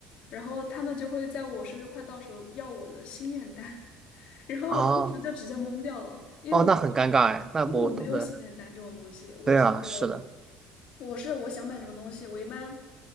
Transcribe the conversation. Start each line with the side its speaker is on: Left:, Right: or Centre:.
Left: 然后他们就会在我生日快到时候要我的心愿单，<laughs> 然后我当时就直接懵掉了，
Right: 啊，
Left: 因为我
Right: 哦，那很尴尬哎，那不对，
Left: 因为我没有心愿单这种东西，我我
Right: 对啊，是的，
Left: 我是我想买什么东西，我一般